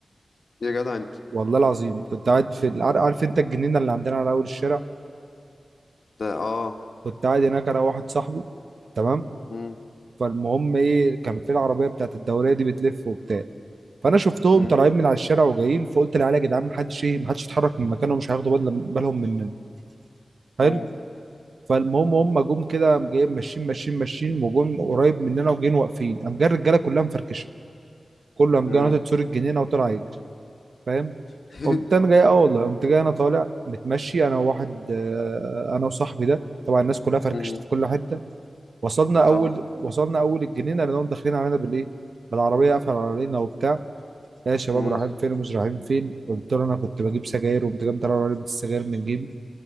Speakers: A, on the left (about 70°); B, on the right (about 80°).
A: يا جدع انت
B: والله العظيم كنت قاعد في ال- عار- عارف انت الجنينه اللي عندنا على اول الشارع
A: ده اه
B: كنت قاعد هناك انا واحد صاحبي تمام
A: مم.
B: فالمهم ايه كان في العربيه بتاعت الدوريه دي بتلف وبتاع فانا شفتهم
A: مم.
B: طالعين من على الشارع وجايين فقلت للعيال يا جدعان محدش ايه محدش يتحرك من مكانه مش هياخدوا بالهم بالهم مننا حلو
A: مم.
B: فالمهم هم جم كده قام جايين ماشيين ماشيين ماشيين وجم قريب مننا وجايين واقفين قام جاي الرجاله كلها مفركشه كله قام
A: مم.
B: جاي ناطط سور الجنينه وطلع يجري فاهم
A: <laughs>
B: قمت انا جاي اه والله قمت جاي انا طالع متمشي انا وواحد آه، انا وصاحبي ده طبعا الناس كلها فركشت
A: مم.
B: في كل حته وصلنا
A: وطبعا
B: اول وصلنا اول الجنينه لانهم داخلين علينا بالايه بالعربيه قافله علينا وبتاع يا شباب
A: مم.
B: رايحين فين ومش رايحين فين قلت له انا كنت بجيب سجاير وقمت جاي مطلع علبه السجاير من جيبي